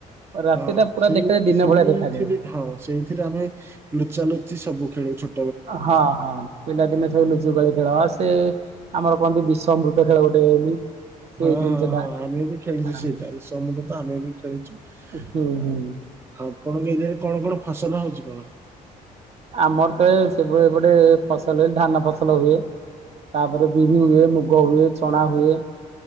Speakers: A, on the right; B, on the right.
A: ରାତି
B: ହଁ
A: ଟା ପୁରା
B: ସେଇ
A: ଦେଖାଯାଏ ଦିନ
B: ସେଇଥିରେ
A: ଭଳିଆ ଦେଖାଯାଏ।
B: ଧାଅ। ସେଇଥିରେ ଆମେ ଲୁଚା ଲୋଚି ସବୁ ଖେଳୁ ଛୋ
A: ହଁ ହଁ ପିଲାଦିନେ ସବୁ ଲୁଚୁ କାଳି ଖେଳ ସେ ଆମର କହନ୍ତି ବିଶଅମୃତ ଖେଳ ଗୋଟେ ବୋଲି। ସେଇ
B: ହଁ
A: ଜିନିଷ
B: ହଁ
A: ଟା
B: ହଁ ଆମେ ବି ଖେଳିଛୁ
A: ହଁ
B: ସେଇଟା ବିଷ ଅମୃତ ଆମେ ବି ଖେଳିଛୁ।
A: ହୁଁ
B: ଆଉ
A: ହୁଁ।
B: ଆ ଆପଣଙ୍କ ଏରିଆରେ କଣ କଣ ଫସଲ ହଉଛି କଣ?
A: ଆମର ତ ସେଭଳି ଏପଟେ ଫସଲରେ ଧାନ ଫସଲ ହୁଏ। ତାପରେ ବିରି ହୁଏ, ମୁଗ ହୁଏ, ଚଣା ହୁଏ।